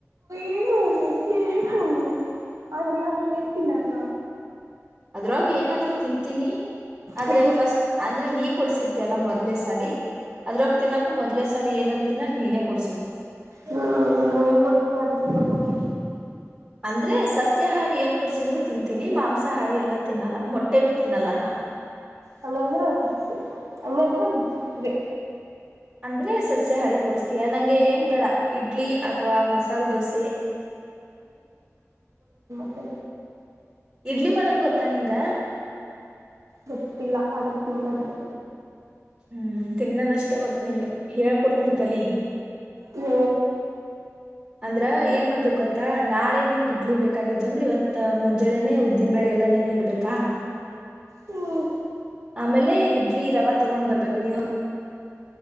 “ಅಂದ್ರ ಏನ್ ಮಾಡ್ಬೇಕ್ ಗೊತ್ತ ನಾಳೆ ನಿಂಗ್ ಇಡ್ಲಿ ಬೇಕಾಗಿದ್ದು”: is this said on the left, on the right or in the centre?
Right